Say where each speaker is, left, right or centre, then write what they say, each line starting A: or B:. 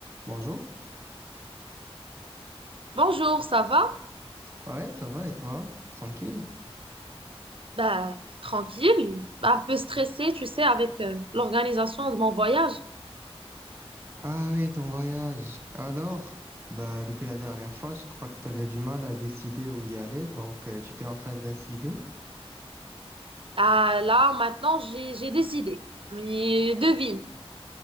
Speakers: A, on the right; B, on the right.
A: Bonjour.
B: Bonjour, ça va?
A: Ouais, ça va et toi? Tranquille?
B: Ben, tranquille, un peu stressée, tu sais, avec euh, l'organisation de mon voyage.
A: Ah oui, ton voyage. Alors, bah, depuis la dernière fois, je crois que tu avais du mal à décider où y aller, donc euh, tu t'es enfin décidé.
B: Ah, là, maintenant, j'ai j'ai des idées. Mais devine.